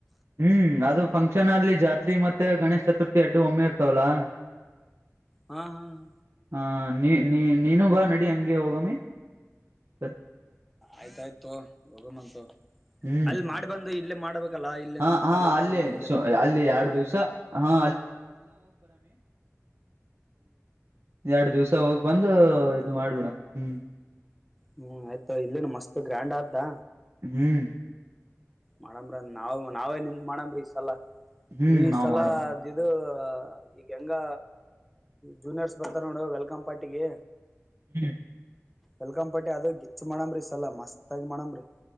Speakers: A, on the right (about 50°); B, in the centre.
A: ಹ್ಮ್ ಅದು ಫಂಕ್ಷನ್ ಅಲ್ಲಿ ಜಾತ್ರಿ ಮತ್ತೆ ಗಣೇಶ್ ಚತುರ್ಥಿ ಅಡ್ಡು ಒಮ್ಮೆ ಇರ್ತವಲ್ಲಾ
B: ಹಾ ಹಾ ಹಾ
A: ಹ ನೀ ನೀ ನೀನು ಬಾ ನಡಿ ಹಂಗೆ ಹೋಗಮ್ಮಿ ಸರಿ
B: ಆಯ್ತಾಯ್ತು ಹೋಗಮಂತು
A: ಹ್ಮ್
B: ಅಲ್ಲಿ ಮಾಡಿ ಬಂದು ಇಲ್ಲೇ ಮಾಡ್ಬೇಕ ಆಲ್ಲ ಇಲ್ಲಿ
A: ಹಾ
B: ನಮ
A: ಹಾ
B: ಕಾಲೇಜ್ದು
A: ಅಲ್ಲಿ
B: ನಮ್ದ ನಮ್ ಕೈ
A: ಅಲ್ಲಿ
B: ಹೇಗಿರ್ತ್ತಲ್ಲ
A: ಎರಡು ದಿವ್ಸ ಹಾ ಎರಡ್ ದಿವ್ಸ ಹೋಗ್ ಬಂದ
B: ಆಯ್ತು
A: ಇದು ಮಾಡ್ಬಿಡಮ್ ಹ್ಮ್
B: ಹ್ಮ್ ಆಯ್ತ ಇಲ್ಲಿನು ಮಸ್ತ್ ಗ್ರ್ಯಾಂಡ್ ಆದಾ
A: ಹ್ಮ್
B: ಮಾಡಮ್ರಿ ನಾವ್ ನಾವೇ ನಿನ್ ಮಾಡಮ್ರಿ ಈ ಸಲ
A: ಹ್ಮ್
B: ಈ
A: ನಾವ್
B: ಸಲು
A: ಮಾಡಮ್
B: ಅ ಈಗ ಹೆಂಗ ಜೂನಿಯರ್ಸ್ ಬಂತಾರ ನೋಡು ವೆಲ್ಕಮ್ ಪಾರ್ಟಿಿಗೆ
A: ಹ್ಮ್
B: ಎಲ್ಕಾ್ ಪಟ್ಟಿ ಅದ ಗಿಚ್ಚ ಮಾಡಮ್ರೀ ಸಲ ಮಸ್ತ್ ಆಗಿ ಮಾಡಮ್ರರಿ